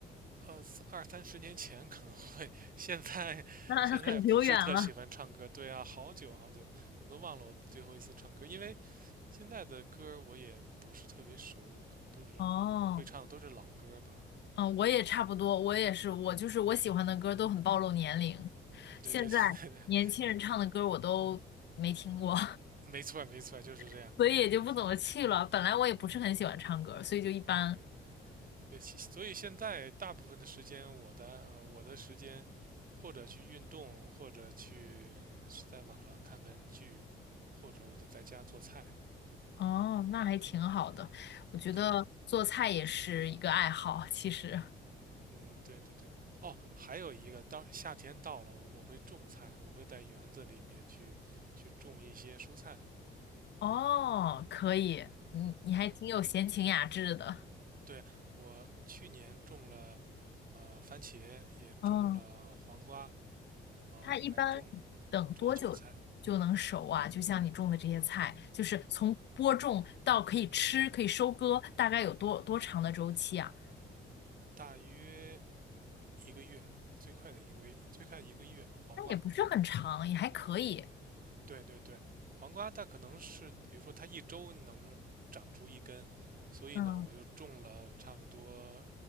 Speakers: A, on the right; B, on the left.
A: 呃，二三十年前可能会，现在现在不是特喜欢唱歌。
B: <laughs> 那很久远了。
A: 对啊，好久好久，我都忘了我最后一次唱歌，因为现在的歌我也不是特别熟，可能都是会唱的都是老歌吧。
B: 哦，嗯，我也差不多，我也是，我就是我喜欢的歌都很暴露年龄，现在年轻人唱的歌我都没听过，
A: 对对对对对对，没错没错，就是这样。
B: <laughs> 所以也就不怎么去了。
A: 嗯嗯，
B: 本来我也不是很喜欢唱歌，所以就一般。
A: 对对对，所以现所以现在大部分的时间，我的呃我的时间，或者去运动，或者去在网上看看剧，或者我就在家做菜。
B: 哦，那还挺好的。我觉得做菜也是一个爱好，
A: 对，
B: 其实。
A: 嗯，对对对，哦，还有一个，当夏天到了，我会种菜，我会在园子里面去去种一些蔬菜。
B: 哦，可以，你你还挺有闲情雅致的。
A: 嗯，对，我去年种了呃番茄，也种了黄瓜，
B: 嗯，
A: 呃，
B: 它一般等多久就能熟啊？
A: 还种种了韭菜，
B: 就像你种的这些菜，就是从播种到可以吃、可以收割，大概有多多长的周期啊？
A: 大约一个月，最快的一个月，最快一个月黄瓜。
B: 那也不是很长，也还可以。
A: 对对对，黄瓜它可能是，比如说它一周能长出一根，所以呢，
B: 嗯，
A: 我就种了差不多